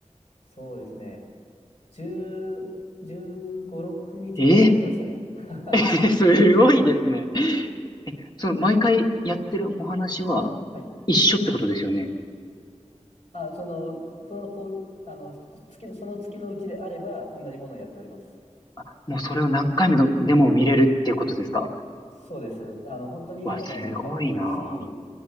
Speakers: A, on the left (about 65°); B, on the left (about 35°).
A: そうですね、10、15、6日ぐらいは行ってましたね。
B: え
A: <laughs>
B: ー、<laughs> すごいですね。その、毎回やってるお話は一緒ってことですよね。
A: はい。あ、その、その、こう、あの、月の、その月のうちであれば、同じものをやっております。
B: あ、もうそれを何回目のでも見れるっていうことですか
A: そうです。あの、本当にいいものは何回も見るし、
B: わ、すごいな